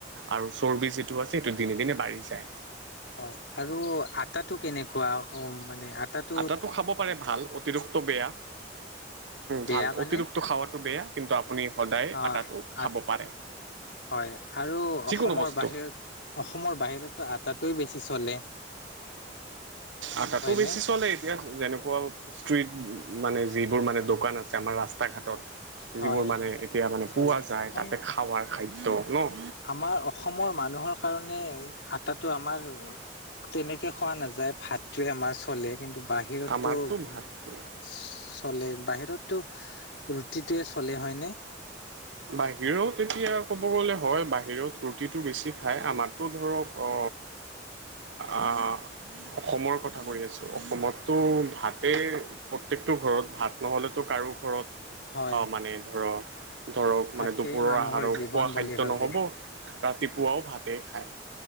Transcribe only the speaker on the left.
হয় আৰু আটাটো কেনেকুৱা মানে আটাতো
বেয়া
মানে
অ
আ
হয় আৰু
অসমৰ
বাহিৰত অসমৰ বাহিৰতো আটাতোৱে বেছি চলে।
হয়নে
হয়
চলে
মানে
আমাৰ অসমৰ মানুহৰ কাৰণে আটাটো আমাৰ তেনেকে খোৱা নাযায় ভাতটোৱে আমাৰ চলে কিন্তু বাহিৰত
তো-
চলে বাহিৰততো ৰুটিটোৱে চলে হয়নে?
হয়
ভাতেই
মানুহৰ
জীৱন
বুলি
ভাবে